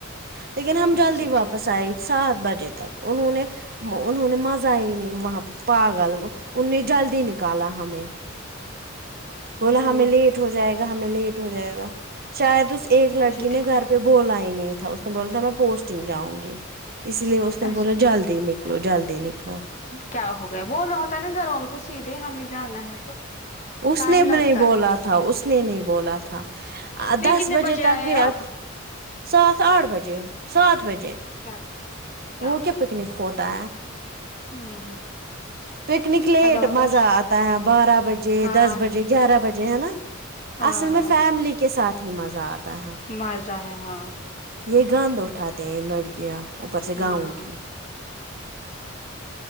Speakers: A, on the right; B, on the left.
A: لیکن ہم جلدی
B: اچھا
A: واپس
B: ٹھیک
A: آئے سات بجے تک انہوں نے انہوں نے مزہ ہی نہیں وہاں پاگل وہ اننی جلدی نکالا ہمیں بولا ہمیں
B: ہوں
A: لیٹ ہو جائے گا ہمیں لیٹ ہو جائے گا شاید اس ایک لڑکی
B: اچھا ٹھیک
A: نے گھر بولا ہی نہیں تھا اس نے بولا تھا میں پوسٹنگ جاؤں گی اس لیے اس نے
B: اچھا
A: بولا
B: ٹھیک
A: جلدی نک نکلو جلدی نکلو
B: کیا ہو گیا بولنا ہوتا ہے نا گھر والوں کو سیدھے ہمیں جانا ہے تو
A: اس
B: ٹائم
A: نے
B: لگتا
A: نہیں بولا
B: ہے
A: تھا اس نے نہیں بولا تھا آ
B: پھر
A: دس
B: کتنے
A: بجے تک
B: آئے
A: بھی
B: آپ
A: اب سات آٹھ بجے سات بجے
B: کیا
A: وہ کیا
B: ہو
A: پکنک
B: گیا
A: ہوتا
B: نہیں
A: پکنک لیٹ
B: ہوتا
A: مزہ
B: ہے،
A: آتا ہے بارہ بجے
B: ہاں
A: دس بجے گیارہ بجے ہے نا
B: ہاں
A: اصل میں فیملی کے ساتھ ہی مزہ آتا ہے
B: مزہ ہے ہاں
A: یہ گاندھ اٹھاتے ہیں لڑکیاں اوپر سے
B: ہاں
A: گاؤں کی